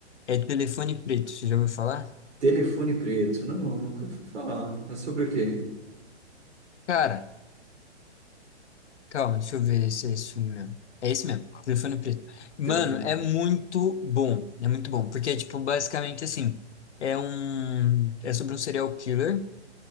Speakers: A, on the left; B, on the right.
A: É Telefone Preto, você já ouviu falar?
B: Telefone preto. Não, nunca fui falar. É sobre o quê?
A: Cara. Calma, deixa eu ver se é esse filme mesmo. É esse mesmo, Telefone Preto. Mano,
B: Telefone.
A: é muito bom. É muito bom. Porque é, tipo, basicamente assim. É um. É sobre um serial killer